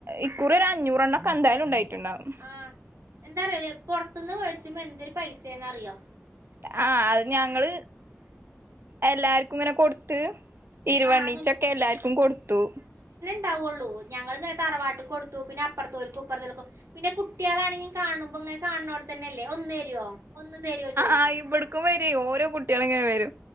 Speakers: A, on the right; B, on the right.
A: ഇക്കുറി ഒരു അഞ്ഞൂറെണ്ണം ഒക്കെ എന്താലും ഉണ്ടായിട്ടുണ്ടാവും
B: ആഹ് എന്താറിയോ പൊറത്തുന്ന് മേടിച്ചുമ്മൊ എന്തൊരു പൈസയാന്നറിയോ
A: ആ അത് ഞങ്ങള് എല്ലാർക്കും ഇങ്ങനെ കൊടുത്ത് ഇരുവണ്ണീച്ചൊക്കെ
B: ആഹ് അങ്ങനെ
A: എല്ലാർക്കും കൊടുത്തു
B: ണ്ടാവുള്ളൂ ഞങ്ങൾ ദേ തറവാട്ടി കൊടുത്തു പിന്നെ അപ്പറത്തോൽക്കും ഇപ്പറത്തോൽക്കും പിന്നെ കുട്ടികളാണെങ്കി കാണുമ്പ കൾ കാണുന്നോടുത്തന്നെല്ലേ ഒന്ന് തരുവോ ഒന്ന് തരുവോ ചോദിക്കും
A: ആ ഇവിടക്കും വരും ഓരോ കുട്ടികള് ഇങ്ങനെ വരും